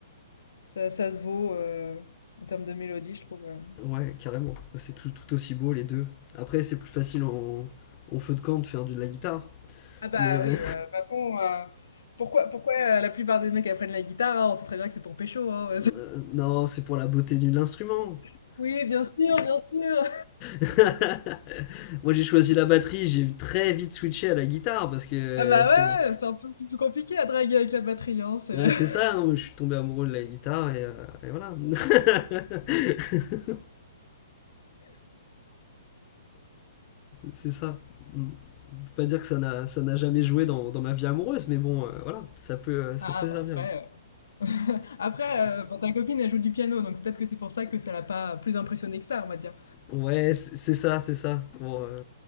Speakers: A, on the left; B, on the left.
A: ça, ça se vaut euh, en termes de mélodie, je trouve. euh.
B: Ouais, carrément. C'est tout, tout aussi beau les deux. Après, c'est plus facile en, en feu de camp de faire de la guitare.
A: Ah bah
B: Mais euh,
A: oui, euh, de toute façon, euh, pourquoi, pourquoi euh, la plupart des mecs apprennent la guitare? hein On sait très bien que c'est pour pécho, hein.
B: euh, non, c'est pour la beauté de l'instrument.
A: <laughs> Oui, bien sûr, bien sûr.
B: <laughs> Moi, j'ai choisi la batterie, j'ai très vite switché à la guitare parce que.
A: Ah bah
B: parce
A: ouais,
B: que-
A: ouais, c'est un peu plus compliqué à draguer avec la batterie, hein. c'est-
B: ouais,
A: <laughs>
B: c'est ça, hein, je suis tombé amoureux de la guitare et, euh, et voilà. <laughs> c'est ça. Mm. Je peux pas dire que ça n'a, ça n'a jamais joué dans, dans ma vie amoureuse, mais bon, euh, voilà, ça peut, euh, ça
A: Ah
B: peut
A: bah
B: servir.
A: après. <laughs> Après, heu, bon, ta copine, elle joue du piano, donc c'est peut-être que c'est pour ça que ça l'a pas plus impressionnée que ça, on va dire.
B: Ouais, c'est c'est ça, c'est ça. Bon, euh,